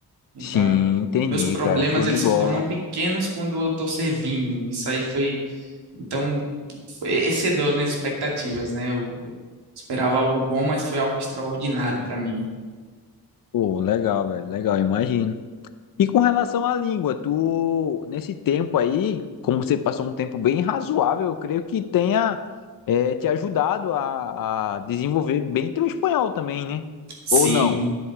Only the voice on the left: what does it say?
Sim, entendi,
cara. Show
de bola.
Pô, legal, velho. Legal, imagino. E com relação à língua, tu, nesse tempo aí, como você passou um tempo bem razoável, eu creio que tenha, é, te ajudado a, a desenvolver bem teu espanhol também, né?
Ou não?